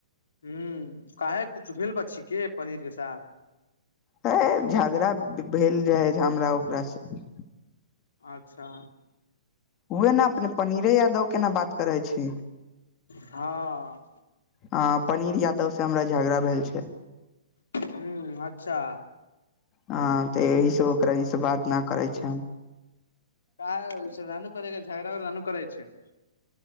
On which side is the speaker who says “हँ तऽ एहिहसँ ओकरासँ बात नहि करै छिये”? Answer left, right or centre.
Left